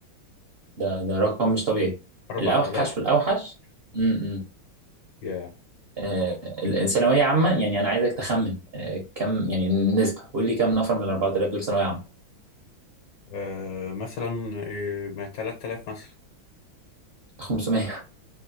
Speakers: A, on the right; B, on the left.
A: ده ده رقم مش طبيعي
B: 4000
A: الأوحش في الأوحش امم
B: يا
A: آه الثانوية عامة يعني أنا عايزك تخمن آه كم يعني النسبة قول لي كم نفر من ال 4000 دول ثانوية عامة
B: آه مثلا آه ما 3000 مثلا
A: 500